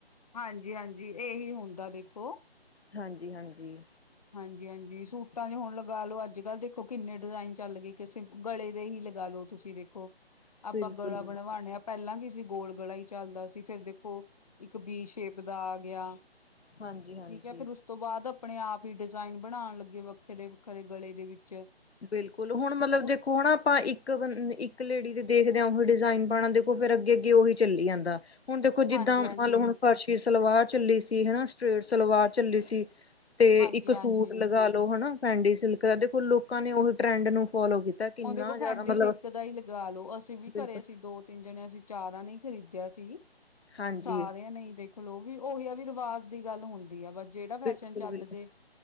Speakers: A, on the left; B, on the left.
A: ਹਾਂਜੀ- ਹਾਂਜੀ ਇਹੀ ਹੁੰਦਾ ਦੇਖੋ।
B: ਹਾਂਜੀ- ਹਾਂਜੀ।
A: ਹਾਜੀ- ਹਾਂਜੀ ਸੂਟਾਂ ਦੇ ਹੁਣ ਲਗਾ ਲਓ, ਅੱਜ- ਕੱਲ੍ਹ ਦੇਖੋ ਕਿੰਨੇ ਡਿਜ਼ਾਇਨ ਚੱਲ ਗਏ ਗਲੇ ਦੇ ਹੀ ਲੱਗੇ ਲਗਾ ਲਓ ਤੁਸੀਂ ਦੇਖੋ
B: ਬਿਲਕੁਲ-ਬਿਲਕੁਲ-ਬਿਲਕੁਲ
A: ਆਪਾਂ ਗਲਾ ਬਣਵਾਉਣੇ ਆ ਪਹਿਲਾਂ ਕੀ ਸੀ ਗੋਲ ਗਲਾ ਹੀ ਚੱਲਦਾ ਸੀ ਫਿਰ ਦੇਖੋ। ਹੋ ਇੱਕ ਬੀ ਸ਼ੇਪ ਦਾ ਆ ਗਿਆ।
B: ਹਾਂਜੀ-ਹਾਂਜੀ-ਹਾਂਜੀ
A: ਠੀਕ ਆ ਫਿਰ ਉਸ ਤੋਂ ਬਾਅਦ ਆਪਣੇ ਆਪ ਹੀ ਡਿਜ਼ਾਇਨ ਬਣਾਉਣ ਲੱਗੇ ਵੱਖਰੇ- ਵੱਖਰੇ ਗਲੇ ਦੇ ਵਿੱਚ
B: ਬਿਲਕੁਲ, ਹੁਣ ਮਤਲਬ ਦੇਖੋ
A: ਉਸ
B: ਹਨਾ, ਆਪਾਂ ਇੱਕ ਇੱਕ, ਬੰ ਇੱਕ ਲੇਡੀ ਦੇ ਦੇਖਦਿਆਂ ਉਹੀ ਡਿਜ਼ਾਇਨ ਪਾਉਣਾ ਦੇਖੋ ਫਿਰ ਅੱਗੇ-ਅੱਗੇ ਉਹੀ ਚੱਲੀ ਜਾਂਦਾ। ਹੁਣ ਦੇਖੋ,
A: ਹਾਂਜੀ-ਹਾਂਜੀ,
B: ਜਿੱਦਾਂ ਮੰਨ ਲਉ, ਹੁਣ ਫਰਸ਼ੀ ਸਲਵਾਰ ਚੱਲੀ ਸੀ ਹਨਾ ਸਟਰੇਟ ਸਲਵਾਰ ਚੱਲੀ ਸੀ। ਤੇ
A: ਹਾਂਜੀ-ਹਾਂਜੀ।
B: ਇੱਕ ਸੂਟ ਲਗਾ ਲੋ ਹਨਾ, ਫੈਂਡੀ ਸਿਲਕ ਦਾ ਦੇਖੋ ਲੋਕਾਂ ਨੇ ਉਹੀ ਟਰੈਂਡ ਨੂੰ ਫੋਲੋ ਕੀਤਾ। ਕਿੰਨਾ
A: ਹੁਣ ਦੇਖੋ
B: ਜ਼ਿਆਦਾ
A: ਫੈਂਡੀ
B: ਮਤਲਬ
A: ਸਿਲਕ ਦਾ ਹੀ ਲਗਾ ਲੋ, ਅਸੀਂ ਵੀ
B: ਬਿਲਕੁਲ
A: ਘਰੇ ਸੀ ਦੋ ਤਿੰਨ ਜਣਿਆਂ ਸੀਂ, ਚਾਰਾ ਨਹੀਂ ਖਰੀਦਿਆ ਸੀ
B: ਹਾਂਜੀ
A: ਸਾਰਿਆਂ ਨੇ ਦੇਖ ਲੋ ਵੀ ਉਹੀ ਆ ਵੀ ਰਿਵਾਜ਼ ਦੀ ਗੱਲ ਹੁੰਦੀ ਆ ਬੱਸ ਜਿਹੜਾ ਫੈਸ਼ਨ
B: ਬਿਲਕੁਲ
A: ਚੱਲ
B: ਬਿਲਕੁਲ
A: ਜੇ